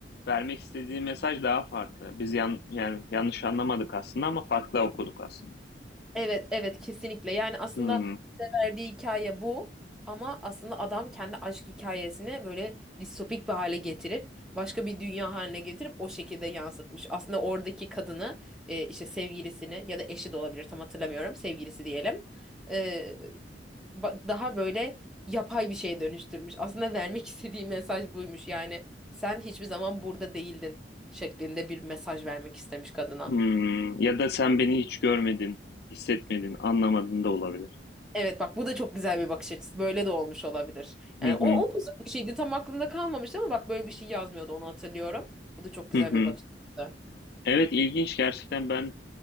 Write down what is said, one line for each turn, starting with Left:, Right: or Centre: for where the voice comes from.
Left: vermek istediği mesaj daha farklı. Biz yan, yani yanlış anlamadık aslında ama farklı okuduk aslında.
Centre: Evet, evet kesinlikle. Yani aslında
Left: Hmm,
Centre: verdiği hikaye bu ama aslında adam kendi aşk hikayesini böyle distopik bir hale getirip başka bir dünya haline getirip o şekilde yansıtmış. Aslında oradaki kadını e, işte sevgilisini ya da eşi de olabilir tam hatırlamıyorum sevgilisi diyelim. E, ba- daha böyle yapay bir şeye dönüştürmüş. Aslında vermek <laughs> istediği mesaj buymuş. Yani sen hiçbir zaman burada değildin şeklinde bir mesaj vermek istemiş kadına.
Left: hmm. Ya da sen beni hiç görmedin, hissetmedin, anlamadın da olabilir.
Centre: Evet bak bu da çok güzel bir bakış açısı. Böyle de olmuş olabilir. Yani
Left: Hı hı,
Centre: o upuzun bir şeydi tam aklımda kalmamıştı ama bak böyle bir şey yazmıyordu onu hatırlıyorum. Bu da çok güzel
Left: hı hı.
Centre: bir bakış açısı.
Left: Evet ilginç gerçekten ben